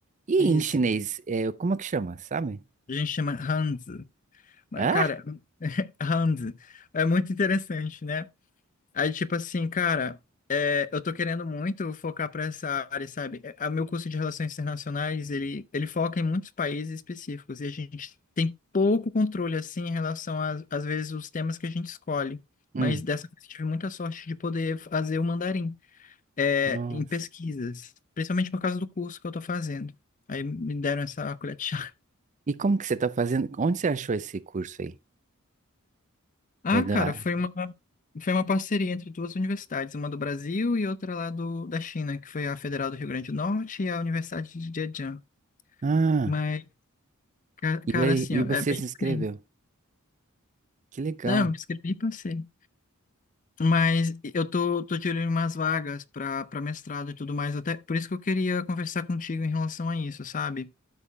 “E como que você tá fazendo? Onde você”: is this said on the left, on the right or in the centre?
Right